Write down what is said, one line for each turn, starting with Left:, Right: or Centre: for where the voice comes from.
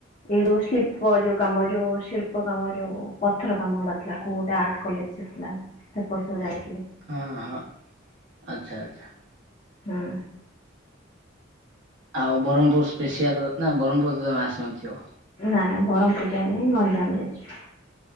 Left: ଏଇ ଯୋଉ ଶିଳ୍ପ ଯୋଉ କାମ ଯୋଉ ଶିଳ୍ପ କାମ ଯୋଉ ପଥର କାମ ଗୁଡ଼ା ଥିଲା କୋଉ ଗୋଟେ ଆର୍ଟ କଲେଜ୍। ଥିଲା ସେପଟ ସବୁ ଯାଇଥିଲେ।
Right: ହଁ ହଁ ଆଚ୍ଛା ଆଚ୍ଛା।
Left: ହଁ।
Right: ଆଉ ବରଂପୁର୍ ସ୍ପେସିଆଲ <unintelligible> ବରଂପୁର୍ ତମେ ଆସିନଥିବ।
Left: ନା ନା ବରଂପୁର୍ ଯାଇନି ଗଞ୍ଜାମ ଯାଇଛି।